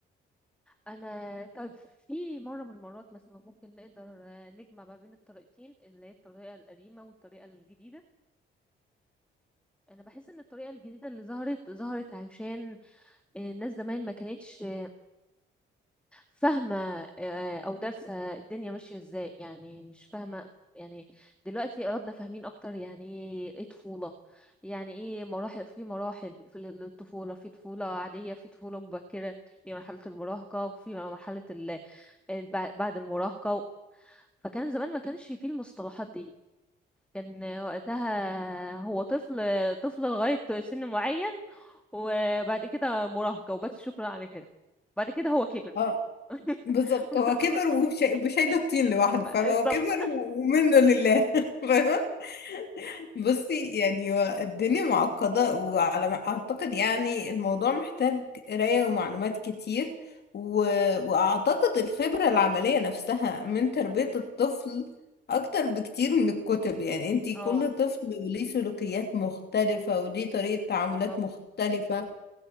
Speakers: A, in the centre; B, on the left.
A: انا طيب في مره من المرات مثلا ممكن نقدر آه، نجمع ما بين الطريقتين اللي هي الطريقه القديمه والطريقه الجديده انا بحس ان الطريقه الجديده اللي ظهرت ظهرت عشان آه، الناس زمان ما كانتش آه، فاهمه آه، او دارسه الدنيا ماشيه ازاي يعني مش فاهمه يعني دلوقتي عدنا فاهمين اكتر يعني ايه طفوله يعني ايه مراحل في مراحل في ال- الطفوله في طفوله عاديه في طفوله مبكره في مرحله المراهقه وفي مرحله ال- ال- بعد المراهقه فكان زمان ما كانش فيه المصطلحات دي كان وقتها هو طفل طفل لغاية سن معين وبعد كده مراهقة وبس شكرا على كده بعد كده هو كبر
B: اه بالظبط
A: <laughs>
B: هو كبر وشا- وشايل الطين لوحده فاهمة
A: بالظبط
B: هو كبر و- ومنه لله <laughs> فاهمة بصي يعني هو الدنيا معقدة وعلى ما أعتقد يعني الموضوع محتاج قراية ومعلومات كتير و... وأعتقد الخبرة العملية نفسها من تربية الطفل أكتر بكتير من الكتب يعني انتي
A: اه
B: كل طفل وليه سلوكيات مختلفة وليه طريقة تعاملات
A: بالظبط
B: مختلفة